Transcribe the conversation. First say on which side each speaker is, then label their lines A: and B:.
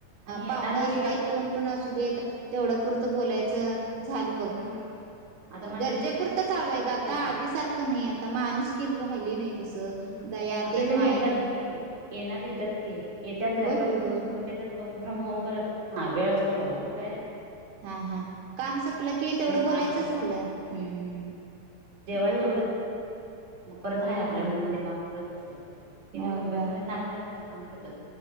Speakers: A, on the right; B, on the right.
A: आणि येणारी
B: पाहुण असू
A: एक
B: देत
A: आता
B: कोण पण असू देत तेवढ पुरत बोलायच, झाल बघ,
A: हम्म आता माझ्या
B: गरजेपुर,
A: दिदी पण
B: आता
A: तसंच
B: चालू
A: करत
B: ये ग
A: होत्या
B: आता
A: की
B: आधी सारख नई आता माणूसकी राही ली नयी तस
A: हम्म
B: दयातिन
A: आता त्यांनी
B: मायातीन
A: येतातच की येणार येत्यात की येतत लॅपटॉप
B: होय
A: घेऊन संगट येतात वर्क फ्रॉम होम करत हा वेळ असल बोला कुठयेत
B: हा हा काम सपल की तेवढ
A: नाही काम
B: बोलायच
A: चला
B: झाल, हम्म हम्म
A: तेवढ मग परत हाय आपल्या
B: हो
A: रूम मध्ये काम करत बसायच, ते काय
B: होय
A: मुंबई
B: होय
A: पुण्यात तर त्यांचं काम सुटत